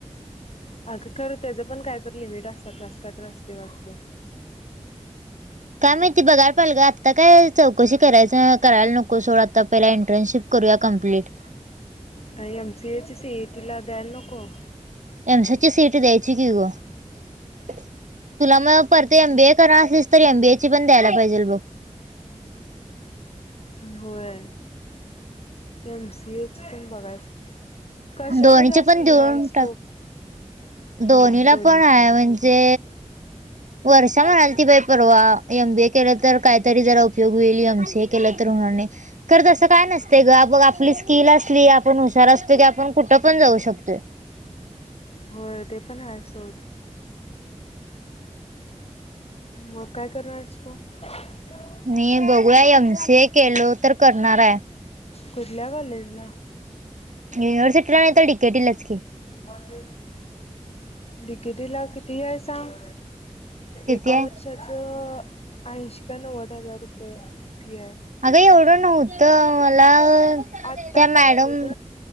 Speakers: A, on the left (about 55°); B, on the right (about 80°).
A: अगं खरं त्याच पण काय तर लिमिट असतात असं काय तरं असतेय वाटत.
B: काय माहिती बघाय पाहंल ग आत्ता काय चौकशी करायचं करायला नक कोसो ला आता पहिला इंटर्नशिप करूया कप्लीट.
A: काय आमची सि ए ची सी ए टी ला ब्यांनो कोरं.
B: एम से ची सी ए टी द्यायची की ग तुला मग. परते एम बीए करा असेस तर एम बीए ची पण द्यायला पाहिजेल बघ.
A: होय एम सी ए च पण बघायच. कशाला
B: दोन्हीचे
A: जास्त
B: पण
A: हे
B: देऊन
A: आहे स्कोप.
B: टाक
A: हा
B: दोन्हीला
A: दोन्ही
B: पण आहे म्हणजे. वर्ष म्हणाली ती बाई परवा एम बी ए केलं तर कायतरी जरा उपयोग होईल, एम सी ए केलं तर होणार नाही. खर तसं काय नसतय ग, बग आपली स्किल असली आपण हुशार असतो, की आपण कुठं पण जाऊ शकतोय.
A: होय ते पण आहे सोड. मग काय <unintelligible>
B: मी बघूया एम सी ए केलो तर करणार आहे.
A: कुठल्या कॉलेजला?
B: युनवर्सिटीला नाही तर डि के टी लाच की.
A: मंजे. डी कि टी ला किती हाय सांग
B: किती
A: एका
B: आहे
A: वर्षात. च ऐंशी का नव्वद हजार रुपये फी आहे.
B: अगं एवढं नव्हतं मला
A: आत्ता
B: त्या
A: वाढले
B: मॅडम.
A: ग